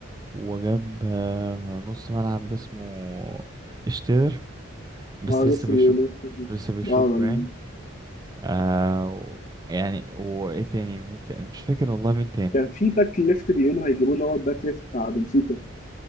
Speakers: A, on the right (about 20°); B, on the left (about 35°).
A: وجاب آه، نص ملعب اسمه اشتير بس
B: اه
A: لسه
B: لسه
A: بيشوفه
B: بيقولوا
A: لسه بيشوفه
B: اه ولا-
A: يعني آه و- يعني وايه تاني مين تاني مش فاكر والله مين تاني
B: كان في باك ليفت بيقولوا هيجيبوا له هو الباك ليفت بتاع بنفيكا